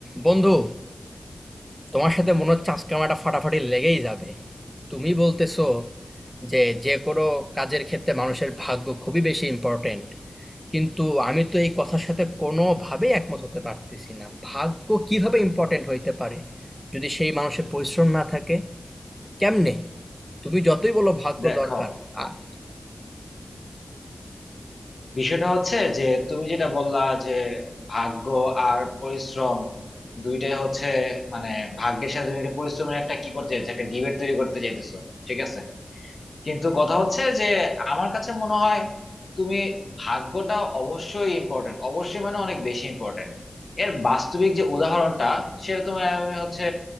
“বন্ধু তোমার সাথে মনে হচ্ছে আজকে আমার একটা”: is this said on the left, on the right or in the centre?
Centre